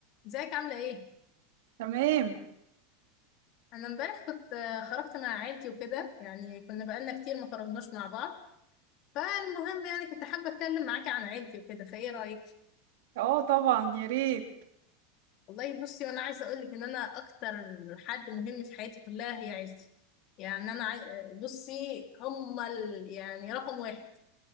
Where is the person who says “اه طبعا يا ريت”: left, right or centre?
Right